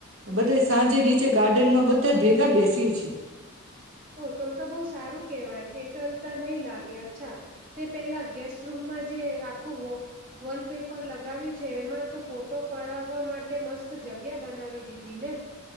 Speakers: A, on the right (about 70°); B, on the right (about 45°).
A: બધા સાંજે નીચે ગાર્ડનમાં બધા ભેગા બેસીએ છીએ.
B: ઓ તો તો બહુ સારું કેહેવાય એકલતા નહી લાગે અચ્છા તે પેલા ગેસ્ટ રૂમમાં જે આખું વ વોલપેપર લગાવ્યું છે એમાં તો ફોટો પડાવવા માટે મસ્ત જગ્યા બનાવી દીધી ને.